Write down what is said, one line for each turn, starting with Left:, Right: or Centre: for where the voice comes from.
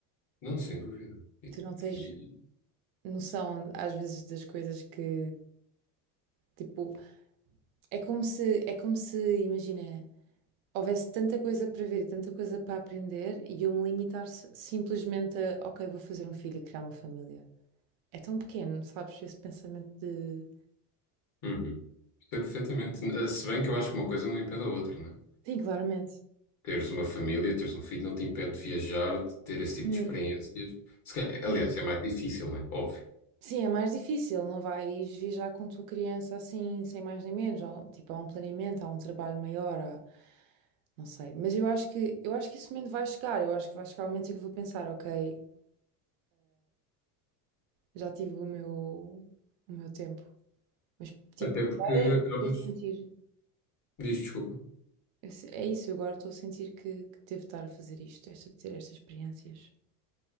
Left: Não, sem dúvida.
Right: tu não tens
Left: E,
Right: noção às vezes das coisas que, tipo, é como se, é como se, imagina, houvesse tanta coisa para ver e tanta coisa para aprender e eu me limitar si- simplesmente a, ok, vou fazer um filho e criar uma família. É tão pequeno, sabes? Esse pensamento de.
Left: uhum. Sei perfeitamente. Se bem que eu acho que uma coisa não impede a outra, né?
Right: Sim, claramente.
Left: Teres uma família, teres um filho, não te impede de viajar, de ter esse tipo
Right: Hum.
Left: de experiências. Se ca-
Right: Sim.
Left: Aliás, é mais difícil, não é? Óbvio.
Right: Sim, é mais difícil, não vais viajar com tua criança assim, sem mais nem menos. Há, um- tipo, há um planeamento, há um trabalho maior, há- não sei. Mas eu acho que, eu acho que esse momento vai chegar. Eu acho que vai chegar o momento em que eu vou pensar, ok, já tive o meu, o meu tempo. Mas, tipo,
Left: Até porque
Right: agora
Left: acabas.
Right: estou a sentir,
Left: Diz desculpa.
Right: esse- é isso, eu agora estou a sentir que, que devo estar a fazer isto, esta, ter estas experiências.